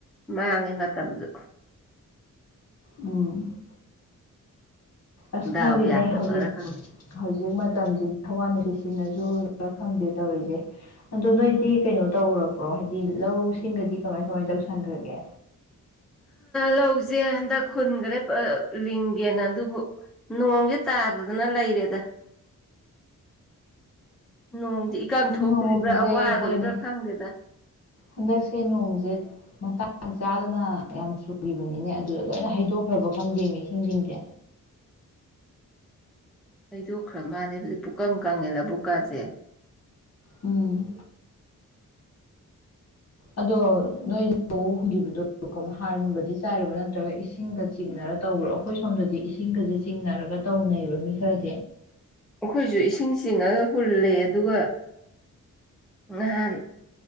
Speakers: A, in the centre; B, on the left.
A: ꯃꯥꯡꯉꯤ ꯃꯇꯝꯁꯨ
B: ꯎꯝ ꯑꯁ
A: ꯗꯥꯎ
B: ꯈꯪꯗꯦꯅꯦ
A: ꯌꯥꯗꯕꯔꯥ
B: ꯍꯧꯖꯤꯛ
A: ꯈꯪꯗꯦ
B: ꯍꯧꯖꯤꯛ ꯃꯇꯝꯁꯤꯗꯤ ꯍꯥꯋꯥ ꯅꯨꯡꯁꯤꯠ ꯁꯤꯅꯁꯨ ꯈꯪꯗꯦ ꯇꯧꯔꯤꯁꯦ ꯑꯗꯣ ꯅꯣꯏꯗꯤ ꯀꯩꯅꯣ ꯇꯧꯈꯔꯕ꯭ꯔꯣ ꯍꯥꯏꯗꯤ ꯂꯧꯁꯤꯡꯒꯗꯤ ꯀꯃꯥꯏ ꯀꯃꯥꯏ ꯇꯧꯁꯟꯈ꯭ꯔꯒꯦ
A: ꯂꯧꯁꯦ ꯍꯟꯗꯛ ꯍꯨꯟꯈ꯭ꯔꯦ ꯂꯤꯡꯒꯦꯅ ꯑꯗꯨꯕꯨ ꯅꯣꯡꯁꯦ ꯇꯥꯗꯗꯅ ꯂꯩꯔꯦꯗ ꯅꯣꯡꯁꯦ ꯏꯀꯪ ꯊꯣꯛꯇꯣꯔꯤꯕ꯭ꯔꯥ
B: ꯅꯣꯡꯁꯦ
A: ꯋꯥꯗꯣꯔꯤꯕ꯭ꯔꯥ
B: ꯍꯣꯏꯅꯦ
A: ꯈꯪꯗꯦꯗ
B: ꯍꯟꯗꯛꯁꯦ ꯅꯣꯡꯁꯦ ꯃꯇꯥꯡ ꯆꯥꯗꯅ ꯌꯥꯝ ꯆꯨꯈꯤꯕꯅꯤꯅꯦ ꯑꯗꯨꯗ ꯂꯣꯏꯅ ꯍꯩꯗꯣꯛꯈ꯭ꯔꯕ ꯈꯪꯗꯦ ꯏꯁꯤꯡ ꯁꯤꯡꯁꯦ
A: ꯍꯩꯗꯣꯛꯈ꯭ꯔ ꯃꯥꯜꯅꯦꯕ ꯄꯨꯛꯀꯪ ꯀꯪꯉꯦ ꯂꯕꯨꯛꯀꯥꯁꯦ
B: ꯎꯝ ꯑꯗꯣ ꯅꯣꯏ ꯂꯧ ꯍꯨꯟꯈꯤꯕꯗꯣ ꯍꯥꯔꯒꯨꯝꯕꯗꯤ ꯆꯥꯏꯔꯕ ꯅꯠꯇ꯭ꯔꯒ ꯏꯁꯤꯡ ꯏꯁꯤꯡꯒ ꯆꯤꯡꯅꯔ ꯇꯧꯕ꯭ꯔꯣ ꯑꯩꯈꯣꯏ ꯁꯣꯝꯗꯗꯤ ꯏꯁꯤꯡꯒꯁꯦ ꯆꯤꯡꯅꯔꯒ ꯇꯧꯅꯩꯕ ꯃꯤ ꯈꯔꯗꯤ
A: ꯑꯩꯈꯣꯏꯁꯨ ꯏꯁꯤꯡ ꯆꯤꯡꯉꯒ ꯍꯨꯜꯂꯦ ꯑꯗꯨꯒ ꯉꯍꯥꯟ